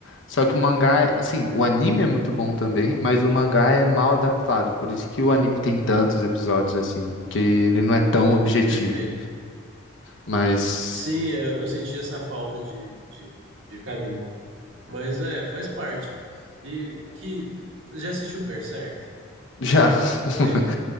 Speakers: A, on the left; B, on the right.
A: só que o mangá, é- assim, o anime é muito bom também, mas o mangá é mal adaptado. Por isso que o anime tem tantos episódios, assim, que ele não é tão objetivo.
B: Perfeito.
A: Mas
B: Sim, é, eu senti essa falta de, de, de caminho. Mas é, faz parte. E que. Já assistiu Berserk?
A: já, <laughs>
B: Ou leu?